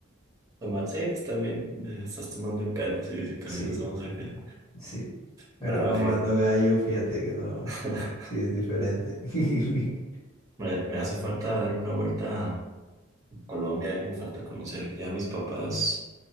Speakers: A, on the right; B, on the left.
A: Toma- sí, pues también eh, estás tomando el pelo, sí, sí, también
B: Sí,
A: los vamos a ver.
B: sí. Pero
A: Nada,
B: mamando
A: fíjate,
B: gallo, fíjate que no.
A: <laughs>
B: Sí, es diferente. <laughs>
A: me, me hace falta darme una vuelta Colombia, eh, me falta conocer. Ya mis papás